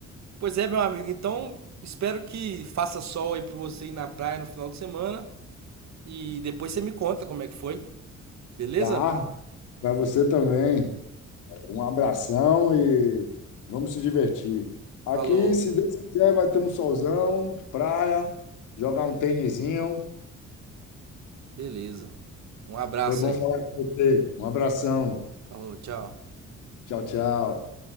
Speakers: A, on the right; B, on the left.
A: Pois é, meu amigo. Então, espero que faça sol aí pra você ir na praia no final de semana. E depois você me conta como é que foi. Beleza?
B: tá? Para você também. Um abração e vamos se divertir. Aqui,
A: Falou.
B: se Deus quiser, vai ter um solzão, praia, jogar um tênisinho.
A: Beleza. Um abraço
B: Foi bom
A: aí.
B: falar com você. Um abração.
A: Falou, tchau.
B: Tchau, tchau.